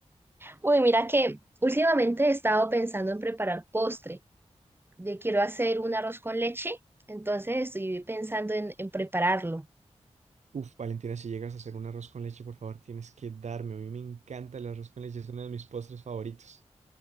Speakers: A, on the right; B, on the right.
A: Uy, mira que últimamente he estado pensando en preparar postre. De quiero hacer un arroz con leche, entonces estoy pensando en, en prepararlo.
B: Uf, Valentina, si llegas a hacer un arroz con leche, por favor, tienes que darme. A mí me encanta el arroz con leche, es uno de mis postres favoritos.